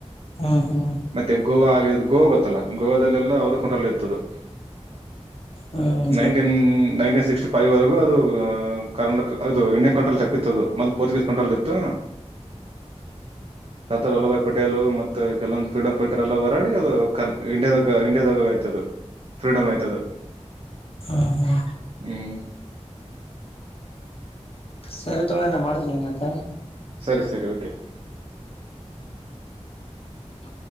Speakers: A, on the left; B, on the right.
A: ಹ್ಮ್ ಹ್ಮ್
B: ಮತ್ತೆ ಗೋವಾ ಆಗಿದು ಗೋವಾ ಗೊತ್ತ - ಗೊತ್ತಲ್ಲ ಗೋವಾದಲ್ಲೆಲ್ಲ ಅವ್ರ ಕಂಟ್ರೋಲ್ ಅಲ್ಲಿ ಇತ್ತದು
A: ಹ್ಮ್
B: ನೈನ್ಟೀನ್
A: ಗೊತ್ತು
B: ನೈನ್ಟಿ ಸಿಕ್ಸ್ಟಿ ಫೈವ್ವರೆಗೂ ಅದು ಕರ್ನಾಟಕ ಅದು ಇಂಡಿಯನ್ ಕಂಟ್ರೋಲ್ - ತಪ್ಪಿತ್ತದು ಮೊದ್ಲ ಪೋರ್ಚುಗೀಸ್ ಕಂಟ್ರೋಲ್ಲ್ಲಿ ಇತ್ತು ಸದಾರ್ ವಲ್ಲಭಾಯ್ - ಪಟೆಲು ಮತ್ತೆ ಕೆಲವೊಂದು ಫ್ರೀಡಂ ಫೈಟರ್ ಎಲ್ಲ ಹೋರಾಡಿ ಅದು ಕರ್ ಇಂಡಿಯಾದಾಗ ಇಂಡಿಯಾದಾಗ ಆಯತದು ಫ್ರೀಡಮ್ ಆಯ್ತದು.
A: ಹಾ ಹಾ
B: ಹ್ಮ್
A: ಸರಿ ತಗೋ ಮಾಡ್ತ ನಿಮ್ ಮತ್ತೆ
B: ಸರಿ ಸರಿ ಓಕೆ
A: ತ್